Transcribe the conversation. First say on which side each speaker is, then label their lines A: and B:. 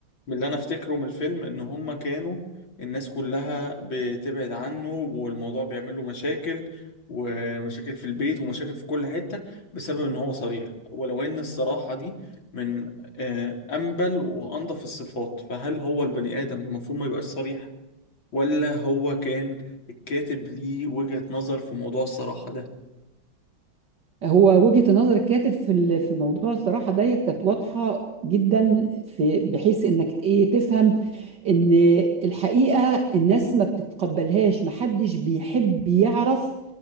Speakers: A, on the left; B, on the right.
A: من اللي انا افتكره من الفيلم ان هما كانوا الناس كلها بتبعد عنه والموضوع بيعمل له مشاكل ومشاكل في البيت ومشاكل في كل حتة بسبب ان هو صريح ولو ان الصراحة دي من آه، انبل وانضف الصفات فهل هو البني ادم المفروض ما يبقاش صريح ولا هو كان الكاتب ليه وجهة نظر في موضوع الصراحة ده
B: هو وجهة نظر الكاتب في ال- في موضوع الصراحة ديت كانت واضحة جدا في بحيث انك ايه تفهم ان الحقيقة الناس ما بتتقبلهاش محدش بيحب يعرف